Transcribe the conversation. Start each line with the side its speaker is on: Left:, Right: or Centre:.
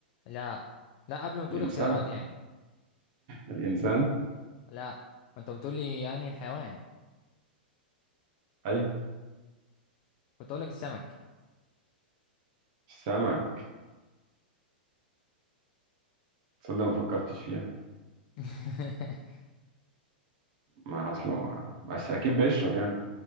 Left: لا لا قبل ما تقول
Right: الانسان
Left: اختيارات يعني
Right: الانسان
Left: لا انت بتقول لي انهي الحيوان
Right: ايوه
Left: كنت اقول لك السمك
Right: السمك تصدق ما فكرتش فيها
Left: <laughs>
Right: ما اصله ما بس اكيد بيشرب يعني